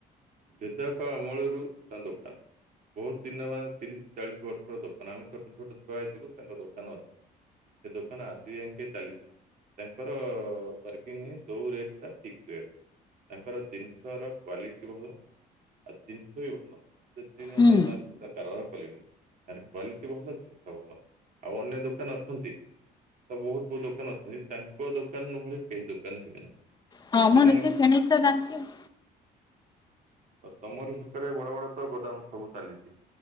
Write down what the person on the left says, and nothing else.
ହୁଁ
ହଁ
ମୁଁ
ଦେଖିଚି ସେଇନାଗିତ ଜାଣିଚି ଆଉ।